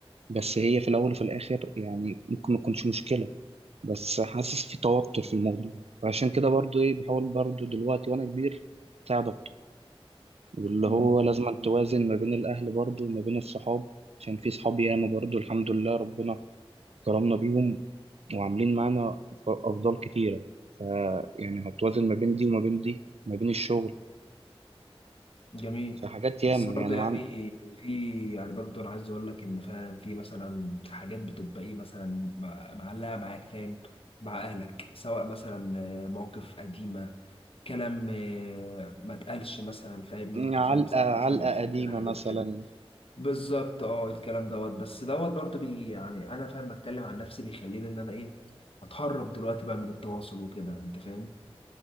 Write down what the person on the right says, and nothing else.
بس هي في الأول وفي الآخر يعني ممكن ما تكونش مشكلة بس حاسس في توتر في الموضوع وعشان كده برضو إيه بحاول برضو دلوقتي وأنا كبير أساعد أكتر واللي
هو لازم أن توازن ما بين الأهل برضو وما بين الصحاب عشان في صحاب ياما برضو الحمد لله ربنا كرمنا بيهم وعاملين معانا ف- أفضال كتيرة ف يعني هتوازن ما بين دي وما بين دي ما بين الشغل
فحاجات ياما
يعني
مع...
علقة
علقة
قديمة
مثلا